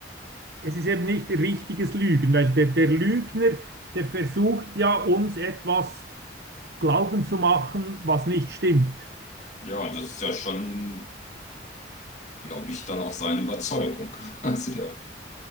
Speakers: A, on the right; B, on the left.
A: es ist eben nicht richtiges Lügen, weil der, der Lügner, der versucht ja uns etwas glauben zu machen, was nicht stimmt.
B: Ja, und das ist ja schon, glaube ich, dann auch seine Überzeugung. <laughs> Also der,